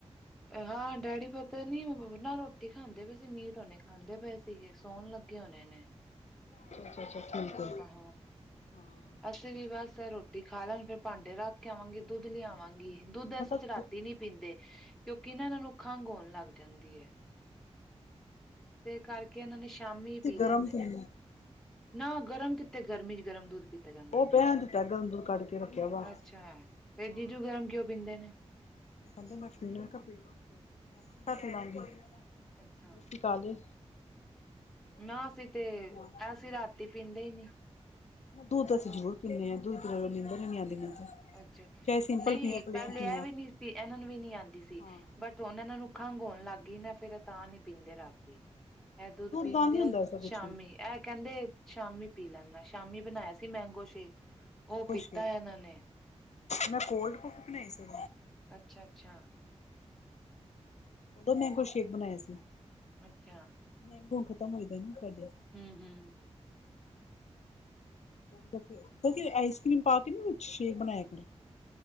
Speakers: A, in the centre; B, on the left.
A: ਹਾਂ ਡੈਡੀ ਪਤਾ ਨੀ ਓ ਨਾ ਰੋਟੀ ਰੋਟੀ ਖਾਂਦੇ ਪਏ ਸੀ ਮੀਤ ਹੋਣੇ ਖਾਂਦੇ ਪਏ ਸੀਗੇ ਸੋਣ ਲੱਗੇ ਹੋਣੇ ਨੇ
B: ਅੱਛਾ ਅੱਛਾ ਅੱਛਾ ਠੀਕ ਹੈ
A: ਹੋਰ
B: ਹਾਂ
A: ਅਸੀਂ ਵੀ ਬਸ ਇਹ ਰੋਟੀ ਖਾ ਲੈਣ ਫਿਰ ਭਾਂਡੇ ਰੱਖ ਕੇ ਆਵਾਂਗੀ ਦੁੱਧ ਲਿਆਵਾਂਗੀ ਦੁੱਧ ਐ ਸਚ
B: ਅਸੀਂ
A: ਰਾਤੀ ਨੀ ਪੀਂਦੇ ਕਿਉਂਕਿ ਐਨਾਂ ਨੂੰ ਖੰਘ ਹੋਣ ਲੱਗ ਜਾਂਦੀ ਐ। ਦੇ ਕਰਕੇ ਏਨਾਂ ਨੇ ਸ਼ਾਮੀ ਪੀ ਲੈਂਦੇ
B: ਗਰਮ ਪੀਂਦੇ
A: ਨੇ।
B: ਹਾਂ
A: ਨਾ ਗਰਮ ਕਿਥੇ ਗਰਮੀ ਚ ਗਰਮ ਦੁਧ ਪੀ ਤਾ ਜਾਂਦਾ
B: ਉਹ
A: ਨੇ।
B: ਪਿਆ ਦਿੱਤਾ ਗਰਮ ਦੁੱਧ ਕੱਢ ਕੇ ਰੱਖਿਆ ਬਾਹਰ
A: ਅੱਛਾ। ਫੇਰ
B: ਹਾਂ
A: ਜੀਜੂ ਗਰਮ ਕਿਉ ਪੀਂਦੇ ਨੇ?
B: ਤੇ ਕਹਿੰਦੇ ਮੈਂ ਪੀਣਾ ਪੀਲੋ ਮੈਂ ਠੰਡਾ ਪੀ ਲਾਂਗੀ
A: ਅੱਛਾ
B: ਤਾਲੀ
A: ਨਾ ਅਸੀ ਤੇ,
B: ਆ
A: ਅਸੀ ਰਾਤੀ ਪੀਂਦੇ ਹੀ ਨੀ।
B: ਦੁੱਧ ਅਸੀ
A: ਕਿਉਂ
B: ਜ਼ਰੂਰ ਪੀਂਨੇ ਆਂ। ਦੁੱਧ ਨੀਂਦਰ ਈ ਨੀ ਆਂਦੀ ਮੈਨੂੰ ਤੇ।
A: ਅੱਛਾ।
B: ਚਾਹੇ ਸਿੰਪਲ
A: ਨਈ
B: ਪੀਓ ਪਲੇਨ
A: ਪਹਿਲੇ
B: ਪੀਓ
A: ਐ ਵੀ ਨੀ ਐਨਾਂ ਨੂੰ ਵੀ ਨੀ ਆਂਦੀ
B: ਹਾਂ
A: ਸੀ। ਬਟ ਹੁਣ ਏਨਾਂ ਨੂੰ ਖੰਘ ਹੋਣ ਲੱਗ ਗੀ ਨਾ ਫੇਰ ਇਹ ਤਾਂ ਨੀ ਪੀਂਦੇ ਰਾਤੀ। ਐ ਦੁੱਧ ਪੀਂਦੇ
B: ਦਾ ਨੀ ਹੁੰਦਾ
A: ਆ
B: ਐਸਾ
A: ਸ਼ਾਮੀ।
B: ਕੁਛ ਵੀ
A: ਐ ਕਹਿੰਦੇ ਸ਼ਾਮੀ ਪੀ ਲੈਂਨਾ ਸ਼ਾਮੀ
B: ਅੱਛਾ
A: ਬਣਾਇਆ ਸ ਸੀ ਮੈਂਗੋ ਸ਼ੇਕ। ਓ
B: ਮੈਂਗੋ
A: ਪੀਤਾ
B: ਸ਼ੇਕ
A: ਐ ਏਨਾਂ ਨੇ।
B: ਮੈਂ ਕੋਲਡ ਕੋਫੀ ਬਣਾਈ ਸੀ।
A: ਅੱਛਾ ਅੱਛਾ।
B: ਦੋ ਮੈਂਗੋ ਸ਼ੇਕ ਬਣਾਇਆ ਸੀ।
A: ਅੱਛਾ।
B: ਮੈਂਗੋ ਹੁਣ ਖਤਮ ਹੋਏ ਦੇ ਨਾ ਸਾਡੇ।
A: ਹਮ ਹਮ
B: ਕਿਉਕੀ ਆਈਸ ਕਰ੍ਰੀਮ ਪਾ ਕੇ ਨਾ ਵਿਚ ਸ਼ੇਕ ਬਣਾਇਆ ਕਰੋ।